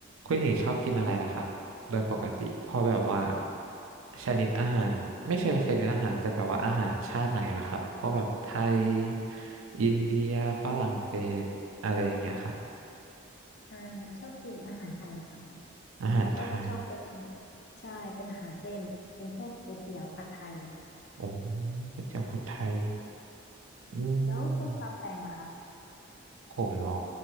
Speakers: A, on the right; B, on the left.
A: คุณหญิงชอบกินอะไรล่ะครับโดยปกติพอแบบว่าชนิดอาหารไม่เชิงชนิดอาหารแต่แบบว่าอาหารชาติไหนล่ะครับพวกแบบไทยอินเดียฝรั่งเศสอะไรอย่างเงี้ยครับ
B: อ่าชอบกินอาหารไทยค่ะ
A: อาหารไทย
B: แล้วก็จะชอบเป็นใช่เป็นอาหารเส้นเป็นพวกก๋วยเตี๋ยวผัดไทย
A: โอ้ก๋วยเตี๋ยวผัดไทยอืม
B: แล้วคุณปาแปงล่ะคะ
A: ผมเหรอ